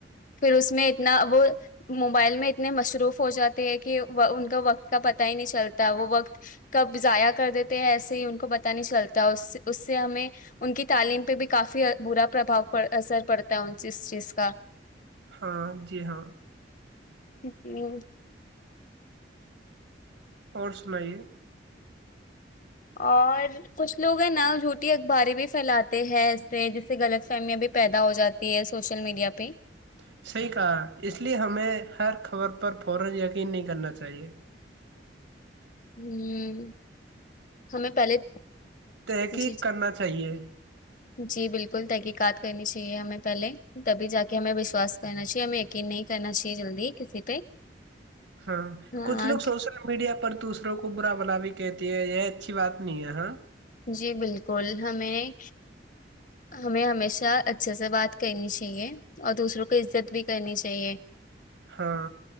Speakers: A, on the left; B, on the right.
A: پھر اس میں اتنا وہ موبائل میں اتنے مصروف ہو جاتے ہیں کہ ان کا وقت کا پت ہی نہیں چلتا وہ وقت کب ضائع کر دیتے ہیں ایسے ہی کو پتا نہیں چلتا اس سے ہمیں ان کی تعلیم پہ بھی کافی برا پرباؤ اثر پڑتا ہے اس چیز کا
B: ہاں جی ہاں
A: ہوں
B: اور سنائیے
A: اور کچھ لوگ ہیں نا جھوٹی اخباری بھی پھیلاتے ہیں ای سے جس سے غلط فہمیاں بھی پیدا ہو جاتی ہے سوشل میڈیا پہ
B: <inaudible> <unintelligible>
A: ہوں ہمیں پہلے
B: تحقیق
A: جی ج
B: کرنا چاہیے
A: جی بالکل تحقیقات کرنی چاہیے چ ہمیں پہلے تبھی جا کے ہمیں وشواس کرنا چاہیے ہمیں یقین نہیں کرنا چاہیے جلدی کسی پہ
B: ہاں
A: ہاں
B: کچھ لوگ سوشل میڈیا پر دوسروں کو برا بلا بھی کہتی ہے یہ اچھی بات نہیں ہے ہاں
A: جی بالکل ہمیں ہمیں ہمیشہ اچھے سے بات کرنی چاہیے اور دوسروں کو عزت بھی کرنی چاہیے
B: ہاں